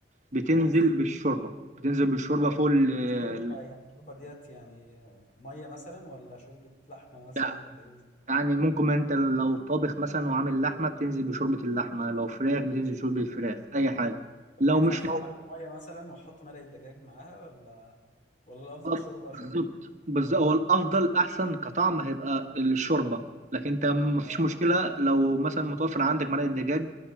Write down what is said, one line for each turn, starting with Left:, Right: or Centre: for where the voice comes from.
Right: بتنزل
Left: كويس
Right: بالشوربه بتنزل بالشوربه فوق ال-
Left: الشوربة بقى يعني الشوربة ديت يعني آه، مية مثلا ولا شوربة لحمة مثلا
Right: لا
Left: ولا ايه بالظبط
Right: يعني ممكن انت لو طابخ مثلا وعامل لحمه بتنزل بشوربه اللحمه لو فراخ بتنزل بشوربه الفراخ اي
Left: يعني
Right: حاجه لو
Left: ينفع
Right: مش
Left: تتعمل بالمية مثلا واحط مرقة دجاج معاها ولا ولا الأفضل
Right: آه،
Left: شوربة شوربة
Right: بالظبط بس هو الافضل احسن كطعم هيبقى الشوربه لكن انت مفيش
Left: آه،
Right: مشكله لو مثلا متوفر عندك مرقه دجاج